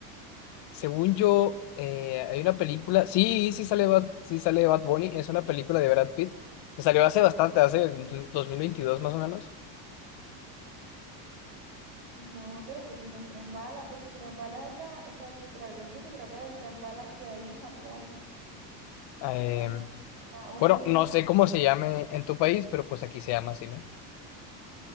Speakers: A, on the left (about 55°); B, on the right (about 70°).
A: según yo, eh, hay una película. Sí, sí sale Bad, sí sale Bad Bunny. Es una película de Brad Pitt. que Salió hace bastante, hace en 2022 más o menos.
B: No, pero entonces no es tren bala, porque tren bala es la, esa literalmente se trata del tren bala que hay en Japón.
A: Eh,
B: En a una
A: bueno,
B: niña,
A: no sé cómo se llame en tu país, pero pues aquí se llama así, ¿no?